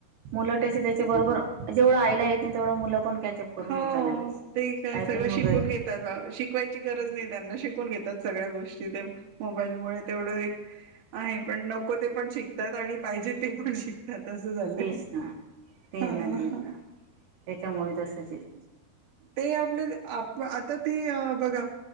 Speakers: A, on the right; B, on the right.
A: मुलं त्याचे त्याच्या बरोबर, जेवढं आईला येत नाही तेवढं मुलं पणऽ कॅचअप करून
B: हो
A: घेता लगेच,
B: ते काय
A: टायपिंग
B: सगळं
A: वगैरे,
B: शिकून घेतात शिकवायची
A: हम्म
B: गरज नाही त्यांना, शिकून घेतात सगळ्या गोष्टी ते मोबाईलमुळे, तेवढं एकऽ आहे, पण नको ते पण शिकतात आणि पाहिजे ते पण शिकतात. त्या तस झालंय,
A: तेच ना तेच
B: हा.
A: ना तेच ना त्याच्यामुळे तसंच येऽ
B: ते आपले, आप आता ते बघा,